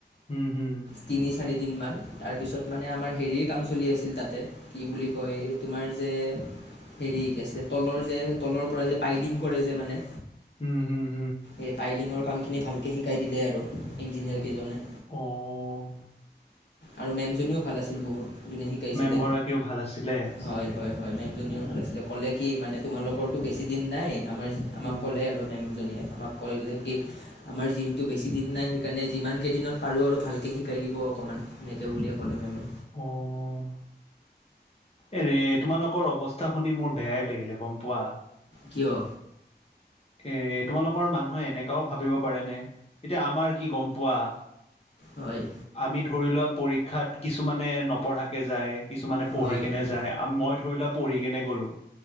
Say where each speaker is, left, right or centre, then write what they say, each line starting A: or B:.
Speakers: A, on the left; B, on the left.
A: উম, হুম।
B: তিনি চাৰি দিনমান তাৰপিছত মানে আমাৰ হেৰিয় কাম চলি আছিল তাতে কি বুলি কয় তোমাৰ যে হেৰি কি আছিলে তলৰ যে তলৰ পৰা যে পাইলিং কৰে যে মানে
A: উম, হুম।
B: এই পাইলিঙৰ কাম খিনি ভালকে শিকাই দিলে আৰু ইঞ্জিনিয়াৰ কেইজনে
A: অ',
B: আৰু মেমজনীও ভাল আছিল বহুত শিকাইছিল
A: মেম গৰাকীও ভাল আছিলে
B: হয় ম
A: অ
B: ভাল আছিলে কলে কি মানে তোমালোকৰতো বেছি দিন নাই আমাৰ আমাক
A: উম
B: ক'লে আৰু মেমজনীয়ে আমাক কৰিলে কি আমাৰ যিহেতু বেছি দিন নাই সেইকাৰণে যিমানকেইদিনত পাৰোঁ আৰু ভালকৈ শিকাই দিব অকণমান এনেকে বুলিয় কলে নমে
A: অ', এৰে তোমালোকৰ অৱস্থা শুনি মোৰ বেয়াই লাগিলে গম পোৱা
B: হুম
A: এ তোমালোকৰ মানুহে এনেককাও ভাবিব পাৰেনে এতিয়া আমাৰ কি গম পোৱা
B: হয়
A: আমি ধৰি লোৱা পৰীক্ষাত কিছুমানে নপঢ়াকে যায় কিছুমানে পঢ়ি
B: হয়
A: কেনে
B: হয়
A: যায় মই ধৰি লোৱা পঢ়ি কেনে গ'লো